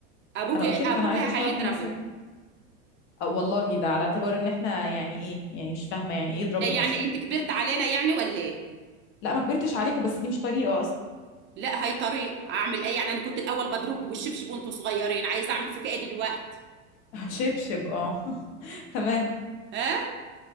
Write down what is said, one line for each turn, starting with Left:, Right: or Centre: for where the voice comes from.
Right: ابوك
Left: انا قلت لك
Right: ابوك
Left: انا عايزة
Right: هيضربك
Left: اشتغل ممثلة أه والله ده على اعتبار ان احنا يعني ايه يعني مش فاهمة يعني ايه يضربني
Right: يعني
Left: اصلا
Right: انت كبرت علينا يعني ولا ايه
Left: لا ما كبرتش عليكم بس دي مش طريقة اصلا
Right: لا هي طريقه هعمل ايه يعني انا كنت الاول بضربكم بالشبشب وانتوا صغيرين عايزه اعمل فيك ايه دلوقتي
Left: <laughs> شبشب اه <laughs> تمام
Right: ها